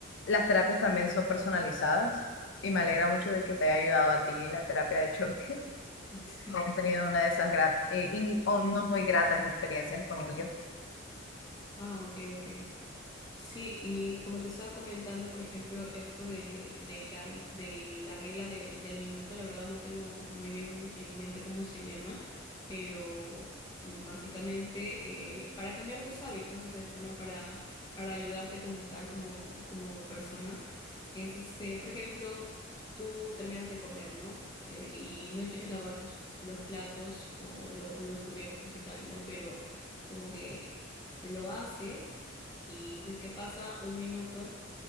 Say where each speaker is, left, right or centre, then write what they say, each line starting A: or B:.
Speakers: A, on the left; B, on the left.
A: las terapias también son personalizadas y me alegra mucho de que te haya ayudado a ti en la terapia de choque,
B: <laughs>
A: <laughs> hayas tenido una de esas grat- eh, in- o no muy gratas experiencias con ellos.
B: Ah, ok, ok. Sí, y como te estaba comentando, por ejemplo, esto del, del hábi- de la regla de- del minuto, la verdad no tengo muy bien en mente cómo se llama, pero mm, básicamente eh, para cambiar tus hábitos es esto, ¿no? Para, para ayudarte como tal, como, como persona. Es este, por ejemplo, tú terminas de comer, ¿no? Eh, y no quieres lavar tus, los platos o lo- los cubiertos y tal, ¿no? Pero como que lo haces y si es que pasa un minuto